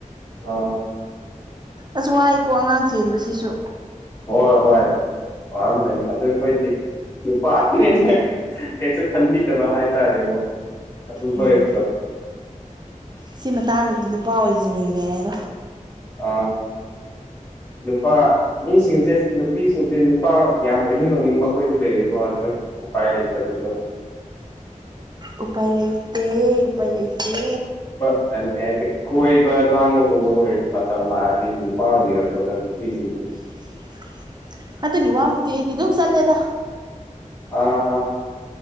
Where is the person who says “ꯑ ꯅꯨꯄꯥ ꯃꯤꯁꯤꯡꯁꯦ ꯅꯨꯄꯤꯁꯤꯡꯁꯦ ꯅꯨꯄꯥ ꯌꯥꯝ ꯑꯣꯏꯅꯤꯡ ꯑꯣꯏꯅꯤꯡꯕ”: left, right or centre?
Left